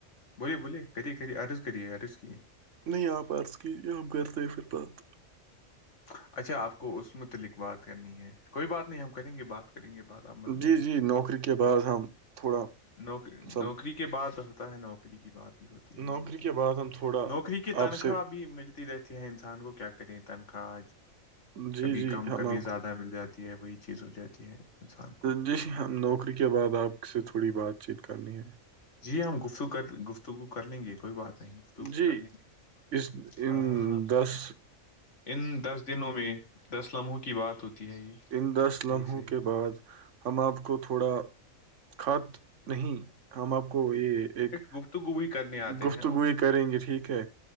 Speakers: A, on the left (about 60°); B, on the right (about 65°).
A: بولیے بولیے کرریے کرریھی عرض کریے عرض کییے
B: نہیں آپ عرض کی آپ گھر تھے پھر بات
A: اچھا اپ کو اس متعلق بات کرنی ہے کوئی بات نہیں ہم کریں گے بات کریں گے بات آپ مت
B: جی
A: ڈے
B: جی نوکری کے بعد ہم تھوڑا
A: نوک
B: سب
A: نوکری کے بع ہوتا ہے نوکری کی بات ہوتی ہے
B: نوکری
A: جی جی
B: کے
A: جی
B: بعد ہم تھوڑا
A: نوکری کی تنخواہ
B: آپ سے
A: بھی مل تی رہتی ہے انسان کو کیا کریں تنخواہ
B: جی
A: کبھی
B: جی
A: کم
B: ہم
A: کبھی
B: آپ
A: زیادہ مل جاتی ی ہے وہی چیز ہو جاتی ہے انسان کو
B: جی ہم نوکری کے بعد آپ سے تھوڑی بات چیت کرنی ہے
A: جی ہم گفتگ کر گفتگو کر لیں گے کوئی بات نہیں گفتگو
B: جی
A: کر لیں
B: اس
A: گے ہاں ہاں
B: دس
A: ان دس دنوں میں دس لمحوں کی بات ہوتی ہے یہ
B: ان دس
A: صحیح
B: لمحوں
A: سے
B: کے بعد ہم آپ کو تھوڑا خط نہیں ہم آپ کو یہ ایک
A: گپتگو بھی کرنے آتے
B: گفتگوئی
A: ہیں ہم
B: کریں گے ٹھیک ہے